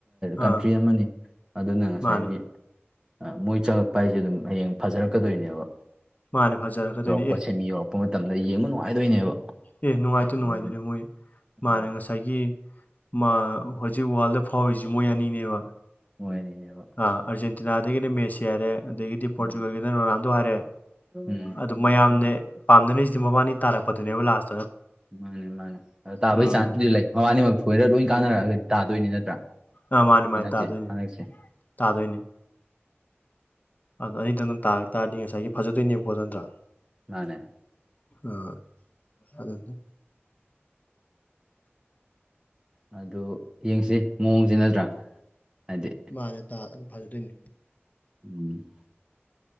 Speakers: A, on the left; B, on the right.
A: ꯑꯥ
B: ꯀꯟꯇ꯭ꯔꯤ ꯑꯃꯅꯤ ꯑꯗꯨꯅ ꯉꯁꯥꯏꯒꯤ
A: ꯃꯥꯅꯦ
B: ꯑ ꯃꯣꯏ ꯆꯪꯉꯛꯄ ꯍꯥꯏꯁꯦ ꯑꯗꯨꯝ ꯍꯌꯦꯡ ꯐꯖꯔꯛꯀꯗꯣꯏꯅꯦꯕ
A: ꯃꯥꯅꯦ ꯐꯖꯔꯛꯀꯗꯣꯏꯅꯦ
B: ꯄꯣꯠꯁꯦꯟ
A: ꯑꯦ
B: ꯌꯧꯔꯛꯄ ꯃꯇꯝꯗ ꯌꯦꯡꯕ ꯅꯨꯡꯉꯥꯏꯗꯣꯏꯅꯦꯕ
A: ꯑꯦ ꯅꯨꯡꯉꯥꯏꯇꯦ ꯅꯨꯡꯉꯥꯏꯗꯣꯏꯅꯦ
B: ꯕꯣꯜꯁꯦ
A: ꯃꯣꯏ
B: ꯑꯗꯨꯅ
A: ꯃꯥꯅ ꯉꯁꯥꯏꯒꯤ ꯃꯥ ꯍꯧꯖꯤꯛ ꯋꯥꯔꯜꯗ ꯐꯥꯎꯔꯤꯁꯤ ꯃꯣꯏ ꯑꯅꯤꯅꯦꯕ
B: ꯃꯣꯏꯅꯤꯅꯦꯕ
A: ꯑꯥꯔꯖꯦꯟꯇꯤꯅꯥꯗꯒꯤꯅ ꯃꯦꯁꯤ ꯍꯥꯏꯔꯦ ꯑꯗꯒꯤꯗꯤ ꯄꯣꯔꯇꯨꯒꯜꯒꯤꯅ
B: ꯎꯝ
A: ꯔꯣꯅꯥꯜꯗꯣ ꯍꯥꯏꯔꯦ
B: ꯎꯝ
A: ꯑꯗꯨ ꯃꯌꯥꯝꯅꯦ ꯄꯥꯝꯅꯅꯁꯤꯗꯤ ꯃꯕꯥꯅꯤ ꯇꯥꯔꯛꯄꯗꯨꯅꯦꯕ ꯂꯥꯁ
B: ꯃꯥꯅꯦ ꯃꯥꯅꯦ ꯑ ꯇꯥꯕꯩ
A: ꯎꯝ
B: ꯆꯥꯟꯁꯇꯨꯗꯤ ꯂꯩ ꯃꯕꯥꯅꯤꯃꯛ ꯊꯣꯏꯔ ꯂꯣꯏ ꯀꯥꯟꯅꯔꯛꯑꯒ ꯇꯥꯗꯣꯏꯅꯤ ꯅꯠꯇ꯭ꯔꯥ
A: ꯑꯥ ꯃꯥꯅꯤ
B: ꯍꯟꯗꯛꯁꯦ
A: ꯃꯥꯅꯤ ꯇꯥꯗꯣꯏꯅꯤ
B: ꯍꯟꯗꯛꯁꯦ
A: ꯇꯥꯗꯣꯏꯅꯤ ꯑꯗ ꯑꯅꯤꯗ ꯅꯪ ꯇꯥꯔꯛ ꯇꯥꯔꯗꯤ ꯉꯁꯥꯏꯒꯤ ꯐꯖꯗꯣꯏꯅꯦꯕꯀꯣꯠꯇ ꯅꯠꯇ꯭ꯔꯥ
B: ꯑꯅꯦ
A: ꯑꯥ ꯑꯗꯨ
B: ꯑꯗꯨ ꯌꯦꯡꯁꯤ ꯃꯑꯣꯡꯁ ꯅꯠꯇ꯭ꯔꯥ ꯍꯥꯏꯗꯤ
A: ꯃꯥꯅꯦ ꯐꯗꯣꯏꯅꯤ
B: ꯎꯝ